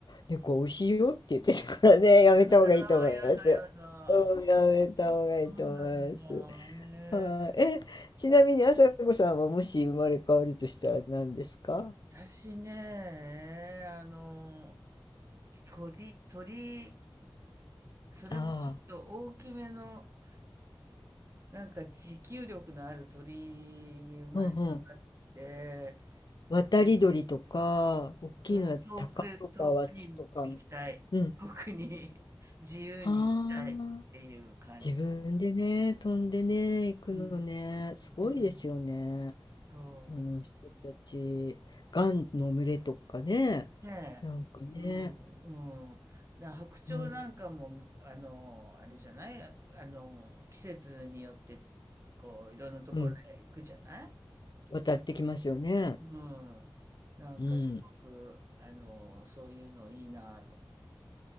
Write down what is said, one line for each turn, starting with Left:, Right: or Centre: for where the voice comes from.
Left: 猫美味しいよって言ってたからね、やめた方がいいと思いますよ。
Right: だ、やだやだ。
Left: うん、やめた方がいいと思います。
Right: うん、そうなんだ。へえ。
Left: はい。え、ちなみに朝子さんはもし生まれ変わるとしたら何ですか
Right: 私ね、あの、鳥、鳥、それもちょっと大きめの、
Left: ああ、
Right: なんか持久力のある鳥に生まれ変わって、
Left: うんうん。渡り鳥とか、
Right: で
Left: 大きいのは鷹とかワシとか。
Right: うん、遠く、遠くに行きたい。
Left: うん。
Right: 遠くに <laughs> 自由に行きたいっていう感じかな。
Left: ああ。自分でね、飛んでね、行くのね、
Right: うん、
Left: すごいですよね。
Right: うん、そう。
Left: あの人たち、雁の群れとかね、
Right: ねえ。
Left: なんかね、
Right: うん、うん。だ白鳥なんかも、
Left: うん、
Right: あの、あれじゃないあの、季節によって、こう、いろんなところへ行くじゃない
Left: うん、渡ってきますよね。
Right: うん。なんかすごく、
Left: うん。
Right: あの、そういうのいいなと思う。